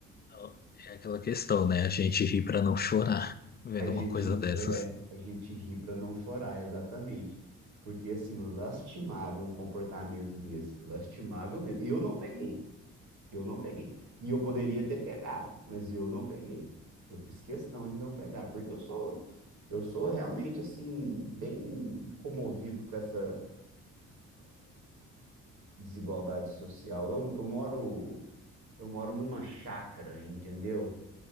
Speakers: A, on the left; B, on the right.
A: Então, É aquela questão, né? A gente ri para não chorar vendo
B: A gente
A: uma coisa dessas.
B: é, a gente ri para não chorar, exatamente. Porque assim, lastimável um comportamento desse, lastimável mesmo. E eu não peguei, eu não peguei. E eu poderia ter pegado, mas eu não peguei. Eu fiz questão de não pegar, porque eu sou eu sou realmente assim bem comovido com essa desigualdade social. Eu, eu moro eu moro numa chácara, entendeu?